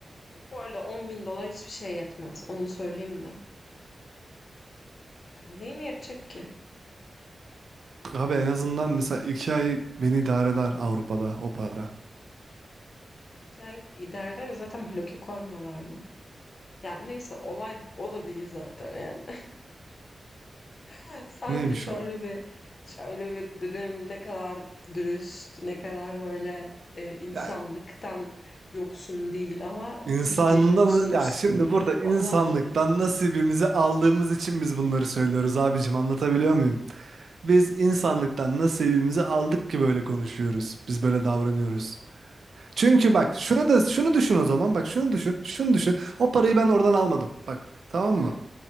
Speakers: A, on the left; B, on the right.
A: Bu arada on bin dolar hiçbir şey yetmez. Onu söyleyeyim de. Yani neyine yetecek ki?
B: Abi en azından mesela iki ay beni idare eder Avrupa'da o para.
A: İki ay idare eder de zaten bloke koymuyorlar mı? Yani neyse olay o da değil zaten yani. <laughs> Sadece
B: Neymiş
A: şöyle
B: o olay?
A: bir şöyle bir dedim ne kadar dürüst, ne kadar böyle e, insanlıktan
B: Ya
A: yoksun değil ama
B: İnsandan
A: bildiğin yoksunmuşsun.
B: ya şimdi burada
A: <gasps>
B: insanlıktan
A: Onu anladım.
B: nasibimizi aldığımız için biz bunları söylüyoruz abicim anlatabiliyor muyum? Biz insanlıktan nasibimizi aldık ki böyle konuşuyoruz. Biz böyle davranıyoruz. Çünkü
A: Ha,
B: bak şunu da şunu düşün o zaman bak şunu düşün şunu düşün. O parayı ben oradan almadım bak tamam
A: Hı hı.
B: mı?